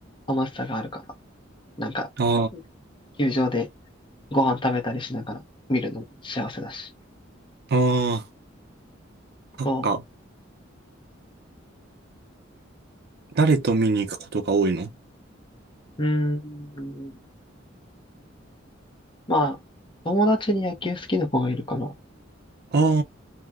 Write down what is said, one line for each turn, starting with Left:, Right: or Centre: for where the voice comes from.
Left: 楽しさがあるから。なんか、
Right: あ
Left: 球場でご飯食べたりしながら見るのも幸せだし。
Right: あ、ああ、そっか。
Left: そ
Right: 誰と見に行くことが多いの
Left: う。うーん。まあ、友達に野球好きな子がいるから、
Right: あ